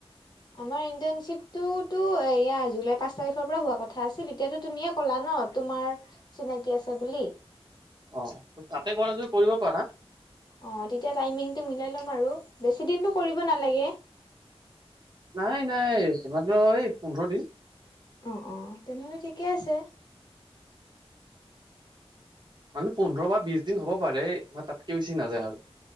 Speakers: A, on the left; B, on the right.
A: আমাৰ ইন্টাৰশ্বিপ টোো এ জুলাই পাঁচ তাৰিখৰ পৰা হোৱা কথা আছিল এতিয়াো তুমিয়ে ক'লা ন। ন তোমাৰ চিনাকি আছে বুলি।
B: অ' তাতে কৰা যদি কৰিব পাৰা।
A: অ' তেতিয়া টাইমিংটো মিলাই ল'ম আৰু বেছি দিনটো কৰিব নালাগে।
B: নাই নাই মাত্ৰ এই পোন্ধৰ দিন।
A: অ', অ' তেনেহলে ঠিকে আছে।
B: মানে পোন্ধৰ বা বিশ দিন হ'ব পাৰে ম তাতকে বেচি নাযায় আৰু